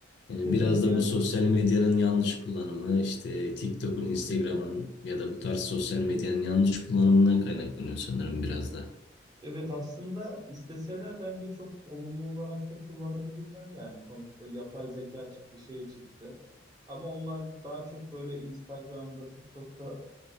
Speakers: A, on the left; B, on the right.
A: Yani
B: Evet
A: biraz
B: yani.
A: da bu sosyal medyanın yanlış kullanımı, işte TikTok'un, Instagram'ın ya da bu tarz sosyal medyanın yanlış kullanımından kaynaklanıyor sanırım biraz da.
B: Evet aslında isteseler bence çok olumlu olarak da kullanabilirler yani sonuçta yapay zeka çıktı şey çıktı ama onlar daha çok böyle Instagram'da TikTok'ta